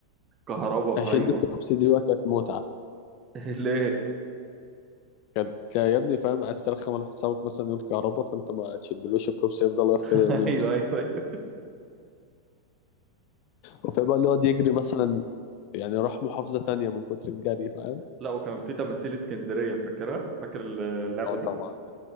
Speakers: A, on the right; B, on the left.
A: كهربا
B: شدة
A: ايوه
B: كوبس دي بقى كانت متعة
A: <laughs> ليه؟
B: كانت يا ابني فاهم عايز ترخم على حسابك مثلا يقول كهربا فأنت ما تشدلوش الكوبس يفضل واقف
A: <laughs>
B: كده يومين
A: ايوه
B: مثلا
A: ايوه ايوه
B: وفي بقى اللي يقعد يجري مثلا يعني راح محافظة تانية من كتر الجري فاهم
A: لا وكان في تماثيل اسكندريه فاكرها؟ فاكر اللعبه
B: اه
A: دي؟
B: طبعا